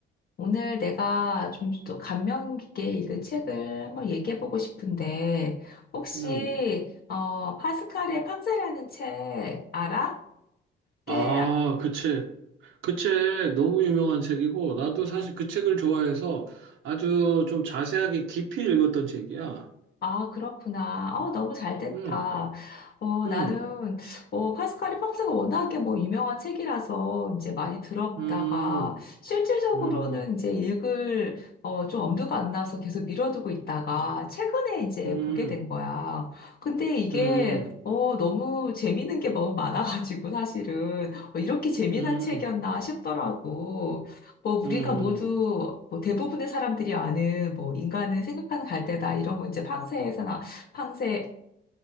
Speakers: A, on the left (about 50°); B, on the right (about 85°).
A: 오늘 내가 좀 또 감명 깊게 읽은 책을 한번 얘기해 보고 싶은데, 혹시,
B: 음.
A: 어, 파스칼의 팡세라는 책 알아? 꽤,
B: 아, 그 책. 그 책 너무 유명한 책이고, 나도 사실 그 책을 좋아해서 아주 좀 자세하게 깊이 읽었던 책이야.
A: 아, 그렇구나. 어, 너무 잘 됐다.
B: 음,
A: 어,
B: 음,
A: 나는, 어, 파스칼이 평소가 워낙에 뭐 유명한 책이라서 이제 많이 들었다가
B: 음,
A: 실질적으로는
B: 음,
A: 이제 읽을, 어, 좀 엄두가 안 나서 계속 미뤄두고 있다가 최근에 이제
B: 음,
A: 보게 된 거야. 근데 이게,
B: 음,
A: 어, 너무 재밌는 게 너무 많아가지고 사실은, 어, 이렇게 재미난
B: 음,
A: 책이었나 싶더라고. 뭐 우리가
B: 음,
A: 모두 뭐 대부분의 사람들이 아는 뭐 인간은 생각하는 갈대다 이런 거 이제 팡세에서 나 팡세에서